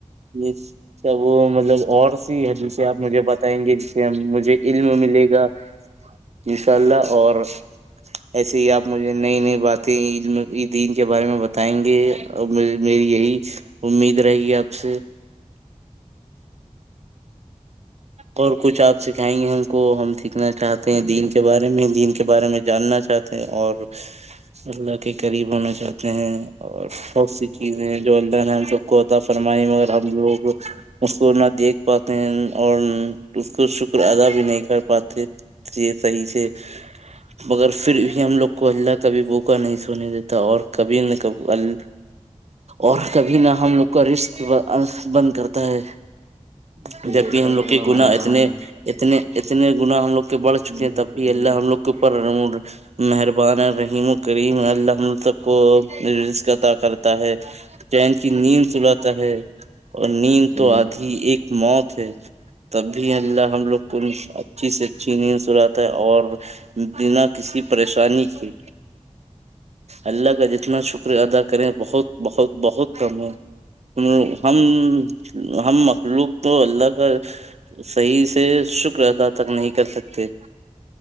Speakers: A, on the right; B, on the right.
A: یہ سب وہ مطلب اور سی حدیثیں آپ مجھے بتائیں گے جس سے مجھے علم ملے گا ان شاء اللہ اور ایسے ہی آپ مجھے نئی نئی باتیں ع دین کے بارے میں بتائیں گے اور میری یہی امید رہے گی آپ سے اور کچھ آپ سکھائیں گے ہم کو ہم سیکھنا چاہتے ہیں دین کے بارے میں دین کے بارے میں جاننا چاہتے ہیں اور اللہ کے قریب ہونا چاہتے ہیں اور س س چیز ہیں جودان کوط فرمائی مگر ہم لوگ اس کو نہ دیکھ پاتے ہیں اور اس کو شکر ادا بھی نہیں کر پاتے تھ صحیح سے مگر پھر بھی ہم لوگ کو اللہ کبھی بوکا نہیں سونے دیتا اور کبھی نہ کبھی ال اور کبھی نہ ہم لوگ کا رشق بند کرتا ہے
B: ٹھیک
A: جبک
B: ہے ان
A: ہم لوگ
B: تو بڑا
A: کے
B: مہربان
A: گنا اتنے
B: ہے
A: اتنے اتنے گنا ہم لوگ کے بڑ
B: رحیم
A: چکے ہیں
B: ہے،
A: تب
B: کریم
A: بھی اللہ
B: ہے
A: ہم لوگ کے اوپر مہربان رحیم و کریم المب کو ر عطا کرتا ہے فین کی نیند سلاتا ہے اور نیند
B: جی
A: تو آدھی ایک موت ہے تب بھی اللہ ہم لوگ کون اچھی سے اچھی نیند سلاتا ہے اور بنا کسی پریشانی کے اللہ کا جتنا شکر ادا کریں بہت بہت بہت کم ہے ہم ہم ہم مخلوق تو اللہ کا ج صحیح سے شکر تھا تک نہیں کر سکتے